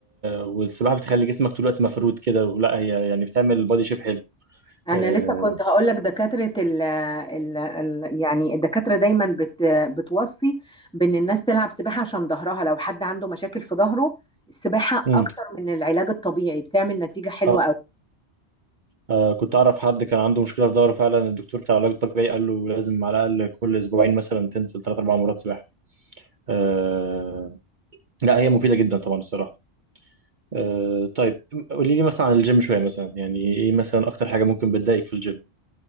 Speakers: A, on the right; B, in the centre.
A: والسباحه بتخلي جسمك طول الوقت مفرود كده ولا هي يعني بتعمل بادي شيب حلو
B: انا
A: آه...
B: لسه كنت هقول لك دكاتره ال ال ال يعني الدكاتره دايما بت بتوصي بان الناس تلعب سباحه عشان ظهرها لو حد عنده مشاكل في ظهره السباحه
A: مم.
B: اكتر من العلاج الطبيعي بتعمل نتيجه حلوه
A: آه.
B: قوي
A: اه كنت اعرف حد كان عنده مشكله في ظهره فعلا الدكتور بتاع العلاج الطبيعي قال له لازم على الاقل كل اسبوعين مثلا تنزل ثلاث اربع مرات سباحه آه... لا هي مفيده جدا طبعا الصراحه آه... طيب قولي لي مثلا عن الجيم شويه مثلا يعني ايه مثلا اكتر حاجه ممكن بتضايقك في الجيم